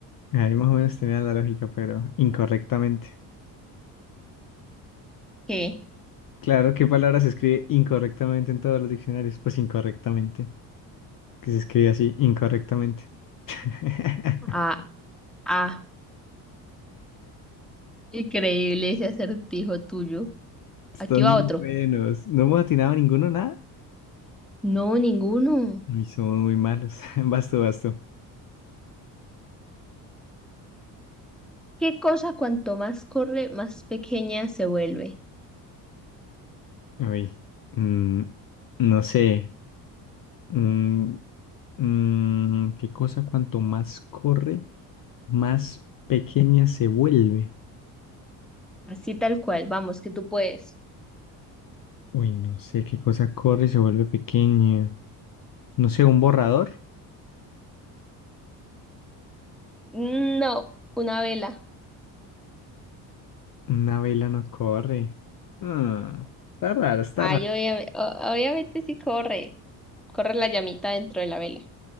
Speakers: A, on the left; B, in the centre.
A: Ahí más o menos tenía la lógica, pero incorrectamente.
B: ¿Qué?
A: Claro, ¿qué palabra se escribe incorrectamente en todos los diccionarios? Pues incorrectamente. Que se escribe así, incorrectamente. <laughs>
B: Ah, ah, increíble ese acertijo tuyo.
A: Están
B: Aquí va
A: muy
B: otro.
A: buenos. ¿No hemos atinado ninguno, nada?
B: No, ninguno.
A: Y somos muy malos. <laughs> Basto, basto.
B: ¿Qué cosa cuanto más corre, más pequeña se vuelve?
A: Uy. mm, no sé. Mm, mm, ¿qué cosa cuanto más corre, más pequeña se vuelve?
B: Así tal cual, vamos, que tú puedes.
A: Uy, no sé qué cosa corre y se vuelve pequeña. No sé, un borrador.
B: No, una vela.
A: Una vela no corre. Ah, está raro, está
B: Ay,
A: raro.
B: obvia- o- obviamente sí corre. Corre la llamita dentro de la vela.